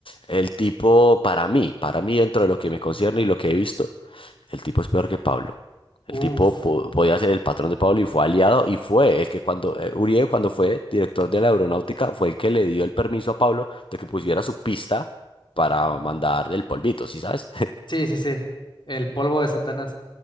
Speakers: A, on the left (about 85°); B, on the left (about 65°).
A: el tipo, para mí, para mí dentro de lo que me concierne y lo que he visto, el tipo es peor que Pablo.
B: Uf,
A: El tipo po- podía ser el patrón de Pablo y fue aliado y fue el que cuando eh, Uribe, cuando fue director de la aeronáutica, fue el que le dio el permiso a Pablo de que pusiera su pista para mandar el polvito, ¿sí sabes?
B: sí, sí, sí. El polvo de Satanás.